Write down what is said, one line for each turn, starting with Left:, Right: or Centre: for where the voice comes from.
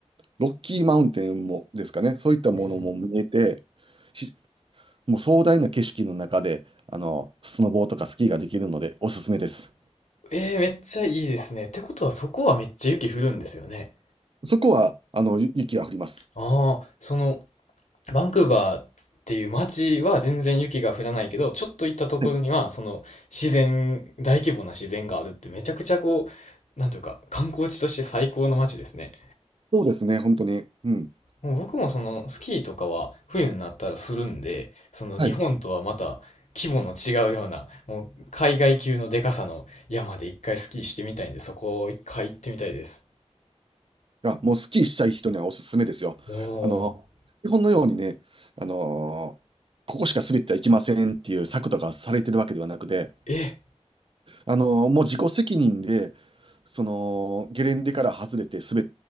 Right: ロッキーマウンテンもですかね、そういったものも見えて、
Left: え。うん。
Right: ひもう壮大な景色の中で、あの、スノボーとかスキーができるので、おすすめです。
Left: えー、めっちゃいいですね。ってことはそこはめっちゃ雪降るんですよね。
Right: そこは、あの、ゆ雪が降ります。
Left: ああ、そのバンクーバーっていう街は全然雪が降らないけど、ちょっと行ったところには、
Right: はい
Left: その自然、大規模な自然があるってめちゃくちゃこう、なんというか、観光地として最高の街ですね。
Right: そうですね、本当に。うん。
Left: もう僕もそのスキーとかは冬になったらするんで、その日本とはまた規模の違うような、
Right: はい。
Left: もう海外級のでかさの山で一回スキーしてみたいんで、そこを一回行ってみたいです。
Right: あ、もうスキーしたい人にはおすすめですよ。
Left: おー。
Right: あの、日本のようにね、あのーここしか滑ってはいけませんっていう策とかされてるわけではなくて、
Left: え、
Right: あのーもう自己責任で、その、ゲレンデから外れて滑っ